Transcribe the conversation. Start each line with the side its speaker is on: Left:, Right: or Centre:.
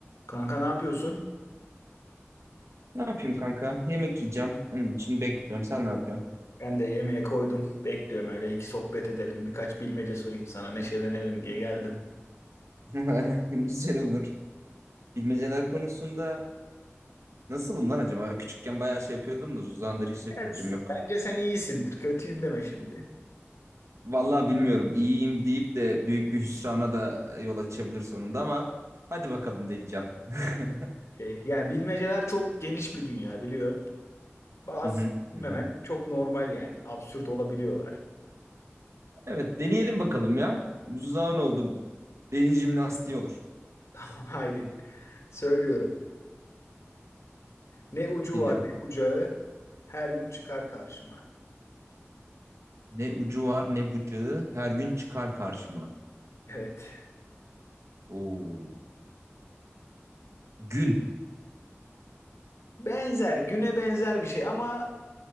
Left: Kanka ne yapıyorsun?
Right: Ne yapayım kanka? Yemek yiyeceğim. Onun için bekliyorum. Sen ne yapıyorsun?
Left: Ben de yemeğe koydum. Bekliyorum öyle iki sohbet edelim. Birkaç bilmece sorayım sana neşelenelim diye geldim.
Right: <laughs> Güzel olur. Bilmeceler konusunda nasılım lan acaba? Küçükken bayağı şey yapıyordum da uzandır hiç de fikrim
Left: Yani siz-
Right: yok.
Left: bence sen iyisindir. Kötüyüm deme şimdi.
Right: Vallahi bilmiyorum. İyiyim deyip de büyük bir hüsrana da yol açabilir sonunda ama hadi bakalım deneyeceğim. <laughs>
Left: Şey, yani bilmeceler çok geniş bir dünya biliyorsun. Bazı
Right: Hı hı,
Left: bilmemen
Right: hı hı.
Left: çok normal yani. Absürt olabiliyorlar.
Right: Evet deneyelim bakalım ya. Uzağın oldu. Beyin jimnastiği olur.
Left: <laughs> Tamam haydi. Söylüyorum. Ne ucu
Right: Dinliyorum.
Left: var ne bucağı her gün çıkar karşıma.
Right: Ne ucu var ne bucağı her gün çıkar karşıma.
Left: Evet.
Right: Oo. Gün.
Left: Benzer güne benzer bir şey ama